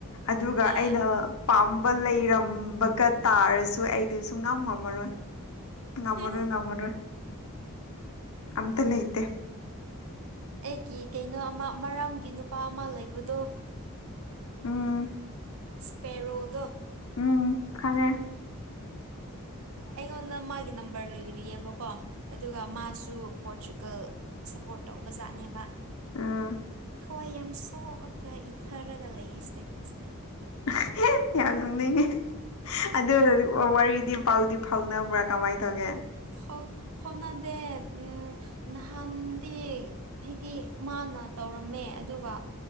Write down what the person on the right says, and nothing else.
ꯑꯥ
ꯍꯥ
ꯑꯩꯒꯤ ꯀꯩꯅꯣ ꯑꯃ ꯃꯔꯥꯝꯒꯤ ꯅꯨꯄꯥ ꯑꯃ ꯂꯩꯕꯗꯣ
ꯁ꯭ꯄꯦꯔꯣꯗꯣ
ꯑꯩꯉꯣꯟꯗ ꯃꯥꯒꯤ ꯅꯝꯕꯔ ꯂꯩꯔꯤꯌꯦꯕꯀꯣ ꯑꯗꯨꯒ ꯃꯥꯁꯨ ꯄꯣꯔꯆꯨꯒꯜ ꯁꯞꯄꯣꯔꯠ ꯇꯧꯕꯖꯥꯠꯅꯦꯕ
ꯊꯋꯥꯏ ꯌꯥꯝ ꯁꯣꯛꯑꯒ ꯏꯊꯔꯒ ꯂꯩꯌꯦ ꯁ꯭ꯇꯦꯇꯁꯇ
ꯐꯥꯎ ꯐꯥꯎꯅꯗꯦ ꯎꯝ ꯅꯍꯥꯟꯗꯤ ꯑꯩꯗꯤ ꯃꯥꯅ ꯇꯧꯔꯝꯃꯦ ꯑꯗꯨꯒ